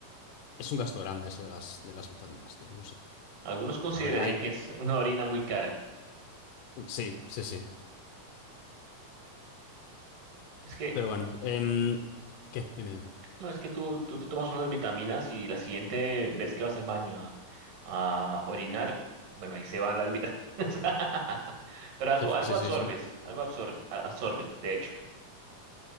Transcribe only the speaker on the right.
Algunos considerarían
que es una orina muy cara.
Es que
No, es que tú, tú te tomas unas vitaminas y la siguiente vez que vas al baño a, a orinar, bueno, ahí se van las vitaminas. <laughs> Pero algo,
algo
absorbes,
algo absor- a- absorbes, de hecho,